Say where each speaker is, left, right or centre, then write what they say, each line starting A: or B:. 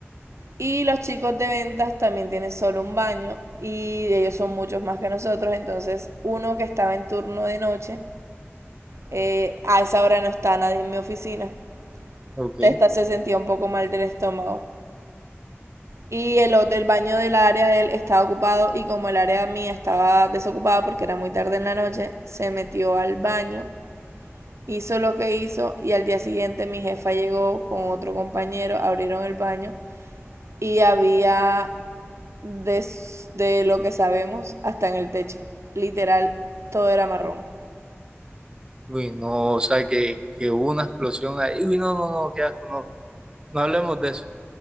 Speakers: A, on the right; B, on the right.
A: Y los chicos de ventas también tienen solo un baño y ellos son muchos más que nosotros. Entonces, uno que estaba en turno de noche, eh, a esa hora no está nadie en mi oficina.
B: Ok.
A: Esta se sentía un poco mal del estómago. Y el, otro- el baño del área de él estaba ocupado y como el área mía estaba desocupada porque era muy tarde en la noche, se metió al baño, hizo lo que hizo y al día siguiente mi jefa llegó con otro compañero, abrieron el baño y había de, de lo que sabemos hasta en el techo. Literal, todo era marrón.
B: Uy, no, o sea, que, que hubo una explosión ahí. Uy, no, no, no, qué asco, no, no hablemos de eso.